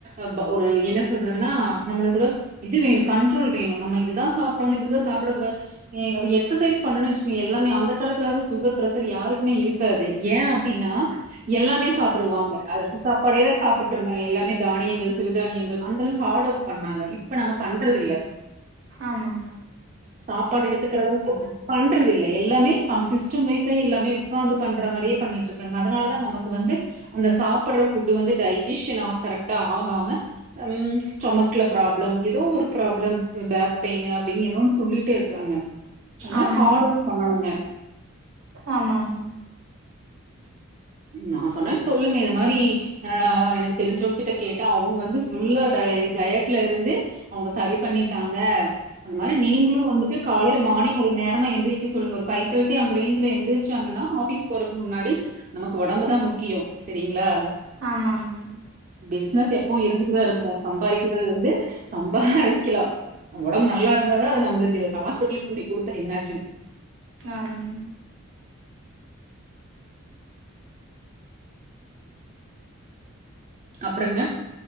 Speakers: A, on the right (about 35°); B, on the right (about 70°).
A: அப்பா ஒரு என்ன சொல்றதுனா நம்மலுக்கு சு இது வேணு கண்ரோல் வேணு நம்ம இதுதா சாப்புடனு இதுதா சாப்புட கூடாது ஏ அப்ப எக்சசைஸ் பண்ணன்னு வச்சுக்கோயே எல்லாமே அந்த காலத்துல வந்து சுகர் பிரஷர் யாருக்குமே இருக்காது ஏ அப்டினா எல்லாமே சாப்புடுவாங்க அரிசி சாப்பாடே சாப்புட்டு இருந்தாங்க எல்லாமே தானியங்கள்ஸ் சிறுதானியங்கள் அந்தளவு ஹாடு ஒர்க் பண்ணாங்க இப்ப நம்ம பண்றது இல்ல
B: ஆமாங்க
A: சாப்பாடு எடுத்துக்கிற அளவுக்கு பண்றது இல்ல எல்லாமே ஃபம் சிஸ்டம் வைசே எல்லாமே உக்காந்து பண் ற மாரியே பண்ணிட்ருக்காங்க அதுனால தா நமக்கு வந்து அந்த சாப்ற ஃபுட்டு் வந்து டைஜிஷ்னா கரெக்ட்டா ஆகாம ம் ஸ்டொமக்ல ப்ராப்ளம் ஏதோ ஒரு ப்ராப்ளம்ஸ் பேக் பெயின்னு அப்டின்னு ஏதோ ஒன்னு சொல்லிட்டே இருக்காங்க அதுனால
B: ஆம்
A: ஹாடு ஒர்க் பண்ணனுங்க
B: ஆமாங்க
A: நா சொன்ன சொல்லுங்க இது மாரி ஆ எனக்கு தெரிஞ்சவங்க கிட்ட கேட்டா அவங்க வந்து ஃபுல்லா டயட்ல இருந்து அவுங்க சரி பண்ணிட்டாங்க அந்த மாரி நீங்களு வந்துட்டு காலைல மார்னிங் ஒரு நேரமா எந்திரிக்க சொல்லுங்க ஒரு ஃபைவ் தேட்டி அந்த ரேஞ்ல எந் எந்துருச்சாங்கன்னா ஆஃபீஸ் போறக்கு முன்னாடி நமக்கு ஒடம்பு தா முக்கியோ சரிங்களா
B: ஆமாங்க
A: பிசினஸ் எப்பவு இருந்துட்டு தா இருக்கு சம்பாரிக்கிறது வந்து சம்பாரிக்கலா ஒடம்பு நல்லா இருந்தாதா அது நம்மளுக்கு ஹாஸ்பிடல் கூடி குடுத்தா என்னாச்சுங்
B: ஆமாங்
A: அப்றங்க